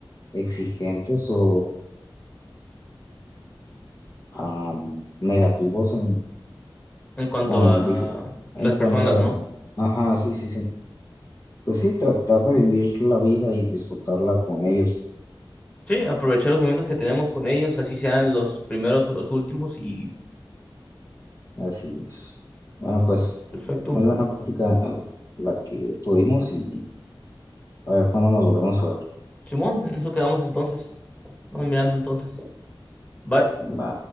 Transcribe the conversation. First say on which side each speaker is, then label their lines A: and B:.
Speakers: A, on the left; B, on the left.
A: exigentes o am, negativos en,
B: en cuanto
A: con,
B: a
A: dif-
B: las
A: en cuanto
B: personas, ¿no?
A: a, ajá, sí, sí, sí. Pues sí, tratar de vivir la vida y disfrutarla con ellos.
B: Sí, aprovechar los momentos que tenemos con ellos, así sean los primeros o los últimos y
A: Así es. Bueno, pues.
B: perfecto.
A: Muy buena práctica la que tuvimos y a ver cuándo nos volvemos a ver.
B: Simón, en eso quedamos entonces. Vamos mirando entonces. Bye.
A: Va.